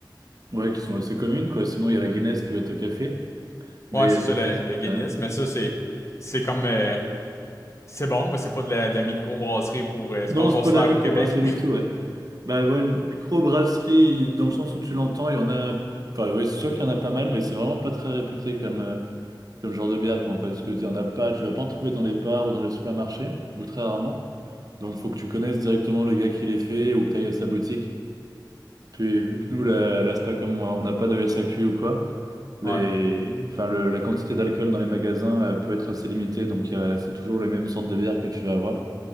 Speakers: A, on the right (about 55°); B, on the left (about 35°).
A: Ouais, qui sont assez communes, quoi. Sinon, il y a la Guinness qui va être au café. Mais
B: Ouais, c'est
A: le
B: ça, la,
A: reste.
B: la Guinness.
A: euh,
B: Mais ça, c'est c'est comme... euh, c'est bon, mais c'est pas de la, de la microbrasserie pour euh, ce
A: Non,
B: qu'on considère
A: c'est pas de la microbrasserie
B: au Québec.
A: du
B: <laughs>
A: tout, ouais. Bah ouais, le- microbrasserie, il- dans le sens où tu l'entends, il y en a. Enfin, ouais, c'est sûr qu'il y en a pas mal, mais c'est vraiment pas très réputé comme, euh, comme genre de bière, quoi, en fait. Parce que tu en as pas, tu vas pas en trouver dans les bars ou dans les supermarchés, ou très rarement. Donc, faut que tu connaisses directement le gars qui les fait ou que tu ailles à sa boutique. Puis vu que nous, la, la SPA, comme on on n'a pas de S A Q ou quoi, les,
B: Ouais.
A: enfin, le- la quantité d'alcool dans les magasins euh, peut être assez limitée, donc il y a c'est toujours les mêmes sortes de bières que tu vas avoir.